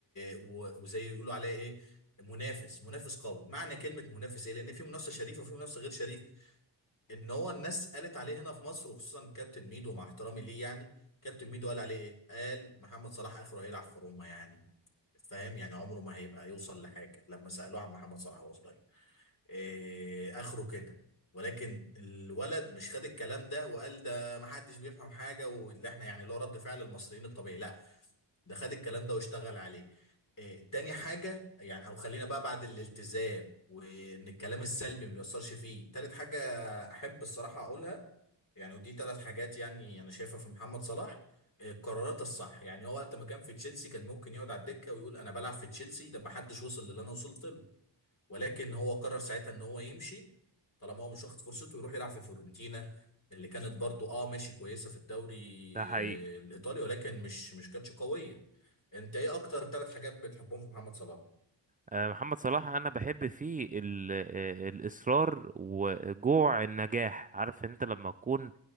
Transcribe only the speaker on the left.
و... وزي يقولوا عليه ايه منافس منافس قوي معنى كلمه منافس ايه لان في منافسه شريفه وفي منافسه غير شريفه ان هو الناس قالت عليه هنا في مصر وخصوصا كابتن ميدو مع احترامي ليه يعني كابتن ميدو قال عليه ايه قال محمد صلاح اخره هيلعب في روما يعني فاهم يعني عمره ما هيبقى يوصل لحاجه لما سالوه عن محمد صلاح وهو صغير إيه اخره كده ولكن الولد مش خد الكلام ده وقال ده محدش بيفهم حاجه واللي احنا يعني اللي هو رد فعل المصريين الطبيعي لا ده خد الكلام ده واشتغل عليه إيه تاني حاجه يعني او خلينا بقى بعد الالتزام وان الكلام السلبي ما بيأثرش فيه تالت حاجه احب الصراحه اقولها يعني ودي ثلاث حاجات يعني انا شايفها في محمد صلاح إيه، القرارات الصح يعني هو وقت ما كان في تشيلسي كان ممكن يقعد على الدكه ويقول انا بلعب في تشيلسي ده ما حدش وصل للي انا وصلت له ولكن هو قرر ساعتها ان هو يمشي طالما هو مش واخد فرصته يروح يلعب في فيورنتينا اللي كانت برضو اه ماشي كويسه في الدوري
آه، الايطالي ولكن مش مش كانتش قويه انت ايه اكتر ثلاث حاجات بتحبهم في محمد صلاح